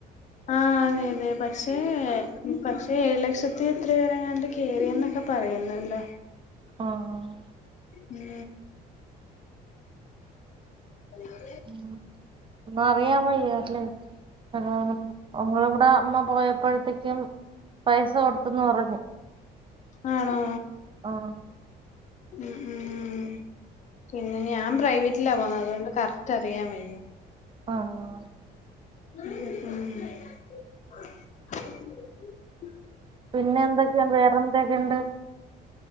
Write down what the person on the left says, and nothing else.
ആഹ് അതെ അതെ പക്ഷേ പക്ഷേ ഏഴ് ലക്ഷത്തി എത്ര പേരെങ്ങാണ്ട്. കേറിന്നൊക്കെ പറയുന്നല്ലോ.
ഉം <inaudible>
ആണോ
ഉം ഉം പിന്നെ ഇനി ഞാൻ പ്രൈവറ്റിലാ പോണത് അതുകൊണ്ട് കറക്റ്റ് അറിയാൻ വയ്യ.
ഉം ഉം ഉം